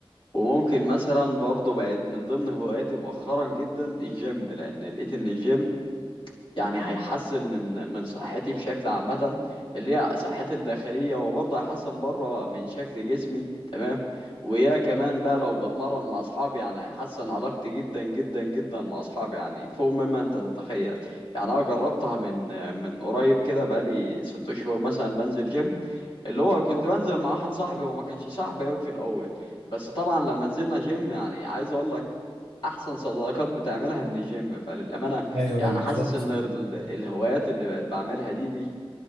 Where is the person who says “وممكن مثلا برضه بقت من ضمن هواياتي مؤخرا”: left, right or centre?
Left